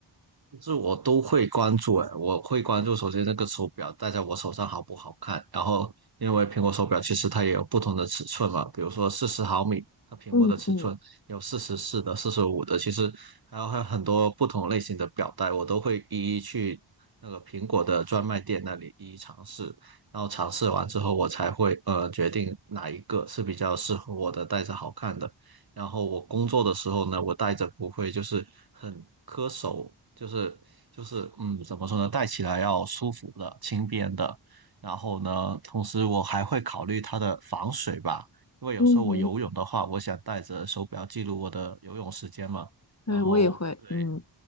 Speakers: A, on the right (about 55°); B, on the left (about 35°).
A: 其实我都会关注，诶，我会关注首先那个手表戴在我手上好不好看，然后因为苹果手表其实它也有不同的尺寸嘛，比如说四十毫米，它屏幕的尺寸有四十四的、
B: 嗯嗯
A: 四十五的，其实还有还有很多不同类型的表带，我都会一一去那个苹果的专卖店那里一一尝试，然后尝试完之后我才会呃决定哪一个是比较适合我的，戴着好看的。然后我工作的时候呢，我戴着不会就是很磕手，就是就是嗯，怎么说呢，戴起来要舒服的、轻便的。然后呢，同时我还会考虑它的防水吧，因为有时候我游泳的话，
B: 嗯，
A: 我想带着手表记录我的游泳时间嘛。
B: 对，
A: 然后对。
B: 我也会，嗯。